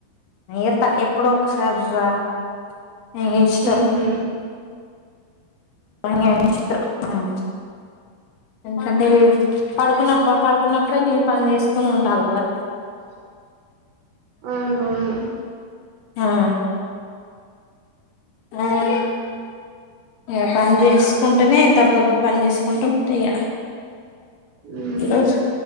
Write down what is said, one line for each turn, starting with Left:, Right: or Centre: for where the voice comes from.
Left: ఈత ఎప్పుడో ఒకసారీ రా నీకు ఇష్టం
Right: మ్మ్ హ్మ్
Left: భని ఇష్టం ఎకంటే పడుకున్నాప్ప పడుకున్నప్పుడే నేం పని చేసుకొని ఉండాలీరా
Right: అవునవును.
Left: హ్మ్ మ్మ్ ఏ పని చేసుకుంటేనే దబ తబ పని చేసుకుంటూ ఉంటా ఇక
Right: హ్మ్.
Left: ఈరోజ